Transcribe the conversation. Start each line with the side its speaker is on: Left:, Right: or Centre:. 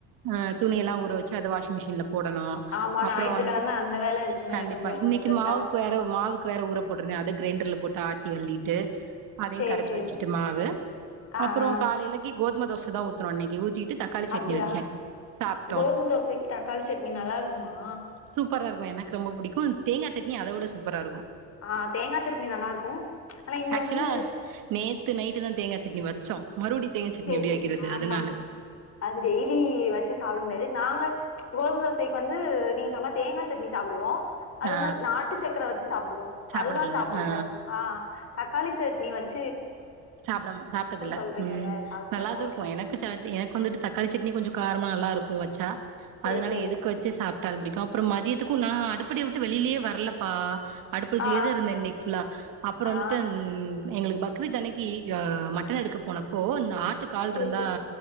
Right: ஆ துணி எல்லா ஊற வச்சி அத வாஷி்ங் மிஷின்ல போடணு
Left: ஆமா
Right: அப்பறோ
Left: ஞாயிற்றுக்கிழம
Right: வந்துட்டு
Left: அந்த வேல இருக்குமே
Right: கண்டிப்பா
Left: கொஞ்சோ
Right: இன்னக்கி
Left: ட்ரெஸ்
Right: மாவுக்கு
Left: அலஸ் பண்ண
Right: வேற மாவுக்கு வேற ஊறப் போற்றுந்தே அத கிரைண்டர்ல போட்டு ஆட்டி அல்லீட்டு அதயு
Left: சேரி
Right: கரச்சி
Left: சேரி
Right: வச்சிட்டு மாவு
Left: ஆ
Right: அப்பறோ
Left: ஆ
Right: காலேலயிக்கு கோதும தோச தா ஊத்துனோ இன்னக்கி ஊத்தீட்டு தக்காளி சட்னி
Left: அப்டியா
Right: வச்சே சாப்ட்டோ
Left: கோதும தோசைக்கி தக்காளி சட்னி நல்லா இருக்குமா
Right: சூப்பரா இருக்கு எனக்கு ரொம்ப பிடிக்கு தேங்காய் சட்னி அத விட சூப்பரா இருக்கு
Left: ஆ தேங்கா சட்னி நல்லா இருக்கு ஆனா இங்க
Right: ஆக்சுவலா
Left: வந்து
Right: நேத்து நைட்டு தா தேங்கா சட்னி வச்சோ மறுபடியு தேங்கா சட்னி
Left: சேரி
Right: எப்டி
Left: சேரி
Right: வைக்கிறது
Left: ஆமா
Right: அதனால
Left: அது டெய்லி வச்சி சாப்ட முடியாது நாங்க கோதும தோசைக்கி வந்து நீங்க சொன்ன மாரி தேங்கா சட்னி சாப்டுவோ அத
Right: ஆ
Left: மாதிரி நாட்டு சக்கர வச்சி சாப்டுவோ
Right: சாப்பிடுவீங்க
Left: அதுதா சாப்டுவோ
Right: ஆ
Left: ஆ தக்காளி சட்னி வச்
Right: சாப்டம் சாப்ட்டதுல்ல
Left: சொல்றீங்கல்ல
Right: ம்
Left: சாப்ட்டு
Right: நல்லாது
Left: பாப்போ
Right: இருக்கு
Left: ஒரு நாள்
Right: எனக்கு சட் எனக்கு வந்துட்டு தக்காளி சட்னி கொஞ்சோ காரமா நல்லா இருக்கு வச்சா
Left: சேரி
Right: அதனால
Left: சேரி
Right: எதுக்கு வச்சி சாப் டாலு பிடிக்கு அப்பறோ மதியத்துக்கு நா அடுப்படிய விட்டு வெளிலயே வர்லப்பா அடுப்படிலயே
Left: ஆ
Right: தா இருந்தே இன்னக்கி ஃபுல்லா அப்பறோ
Left: ஆ
Right: வந்துட்டு
Left: ஆ
Right: எங்களுக்கு பக்ரித் அன்னக்கி மட்டன் எடுக்க போனப்போ இந்த ஆட் டு கால்
Left: சேரி
Right: இருந்தா
Left: சேரி